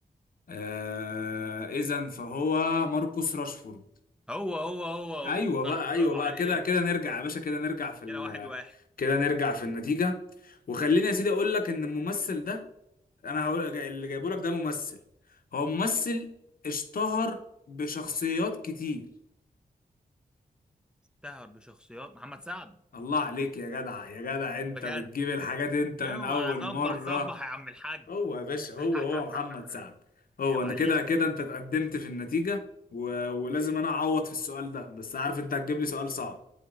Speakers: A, on the left; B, in the centre.
A: آه... اذا فهو ماركوس راشفورد
B: هو هو هو هو
A: ايوه
B: صح
A: بقى ايوه
B: برافو
A: بقى
B: عليك
A: كده كده نرجع يا باشا كده نرجع في ال
B: كده واحد واحد
A: كده نرجع في النتيجه وخليني يا سيدي اقول لك ان الممثل ده انا هقول جاي- اللي جايبه لك ده ممثل هو ممثل اشتهر بشخصيات كتير
B: تهر بشخصيات محمد سعد
A: الله عليك يا جدع يا جدع انت
B: بجد
A: بتجيب الحاجات انت من
B: اوعى
A: اول
B: صبح
A: مره
B: صبح يا عم الحاج
A: هو يا باشا
B: <laughs>
A: هو هو محمد سعد هو
B: عيب
A: انت
B: عليك
A: كده كده انت اتقدمت في النتيجه و... ولازم انا اعوض في السؤال ده بس عارف انت هتجيب لي سؤال صعب